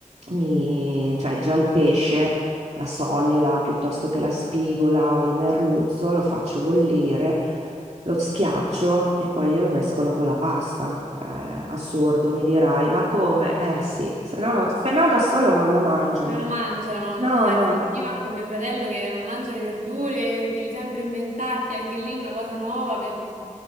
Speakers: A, on the right (about 55°); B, on the right (about 75°).
A: mi, cioè già il pesce, la soglia piuttosto che la spigola o il merluzzo, lo faccio bollire lo schiaccio e poi glielo mescolo con la pasta. Eh, assurdo, mi dirai, ma come? Eh sì, se no, no- se no da solo non lo mangiano.
B: Non lo mangiano,
A: No,
B: no, infatti
A: no, no.
B: io anche ho mio fratello che non mangia le verdure, devi sempre inventarti anche lì una cosa nuova per,